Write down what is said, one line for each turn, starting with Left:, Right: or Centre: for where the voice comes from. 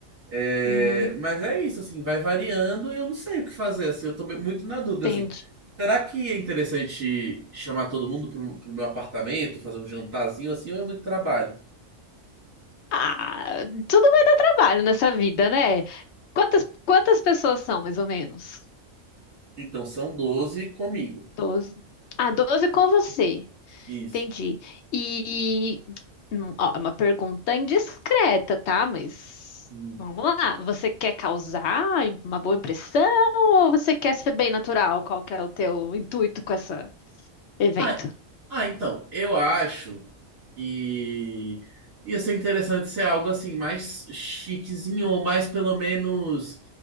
Right: É,
Left: Uhum,
Right: mas é isso, assim, vai variando e eu não sei o que fazer, assim, eu tô me- muito na dúvida,
Left: entendi.
Right: assim. Será que é interessante chamar todo mundo pro, pro meu apartamento, fazer um jantarzinho, assim, ou é muito trabalho?
Left: Ah, tudo vai dar trabalho nessa vida, né? Quantas, quantas pessoas são, mais ou menos?
Right: Então, são doze comigo.
Left: Doze. Ah, doze com você.
Right: Isso.
Left: Entendi. E, hum, ó, é uma pergunta indiscreta, tá? Mas
Right: Hum.
Left: vamos lá. Você quer causar uma boa impressão ou você quer ser bem natural? Qual que é o teu intuito com esse evento?
Right: Ah, ah, então, eu acho que ia ser interessante ser algo, assim, mais chiquezinho, ou mais, pelo menos,